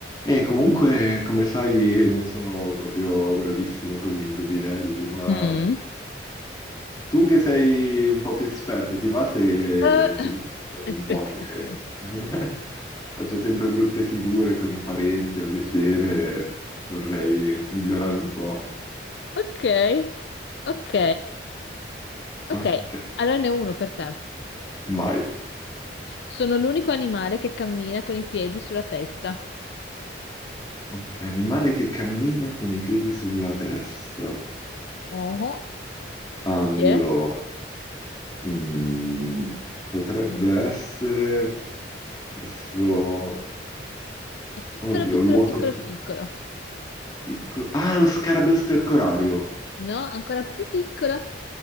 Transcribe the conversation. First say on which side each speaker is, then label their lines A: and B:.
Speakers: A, on the left (about 20°); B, on the left (about 65°).
A: E comunque, come sai, non sono proprio bravissimo con gli indovinelli, ma
B: Mm.
A: tu che sei un po' più esperta, ti va se
B: Eh,
A: ci dico
B: <laughs>
A: un
B: espertissimo.
A: po' che <laughs> faccio sempre brutte figure con i parenti alle cene, vorrei migliorare un po'.
B: Ok, ok, ok.
A: Ok,
B: Allora ne ho uno per te.
A: vai.
B: Sono l'unico animale che cammina con i piedi sulla testa.
A: Ok, animale che cammina con i piedi sulla testa.
B: Oh,
A: Allora,
B: chi è?
A: mm, potrebbe essere... adesso
B: È piccolo,
A: Oddio,
B: piccolo,
A: l'uoto
B: piccolo,
A: più
B: piccolo.
A: piccolo. Ah, lo scarabeo stercorario.
B: No, ancora più piccolo.